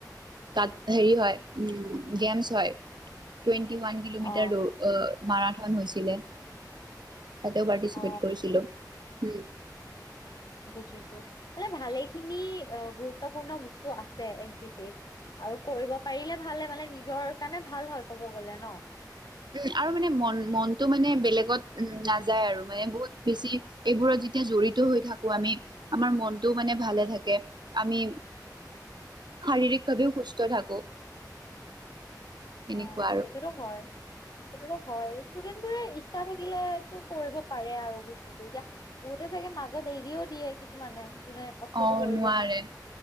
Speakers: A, on the right (about 85°); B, on the left (about 65°).
A: তাত হেৰি হয় উ গেমছ হয় টি ওৱান কিলোমিটাৰ
B: অ
A: দৰ মাৰাথন হৈছিলে। তাতেও পাৰ্টিচিপেট
B: অ
A: কৰিছিলো হম।
B: বুজিছো মানে ভালেখিনি গুৰুত্বপূৰ্ণ বস্তু আছে এন চি চি ত। আৰু কৰিব পাৰিলে ভালে মানে নিজৰ কাৰণে ভাল হয় কব গলে ন।
A: উম আৰু মানে মন মনতটো মানে বেলেগত উম নাযায় আৰু মানে বহুত বেছি এইবোৰত যেতিয়া জড়িত হৈ থাকো আমি আমাৰ মনটোও মানে
B: উম,
A: ভালে থাকে আমি শাৰীৰিক ভাৱেও সুস্থ থাকো। তেনেকুৱা
B: অ
A: আৰু
B: সেইটোতো হয় সেইটো হয় ষ্টুডেন্ট বোৰে ইচ্ছা থাকিলে টো কৰিব পাৰে আৰু বস্তুতো এতিয়া বহুতে চাগে মাজত দেৰিও দিয়ে কিছুমানে যোনে কষ্টটো
A: আহ
B: কৰিব
A: নোৱাৰে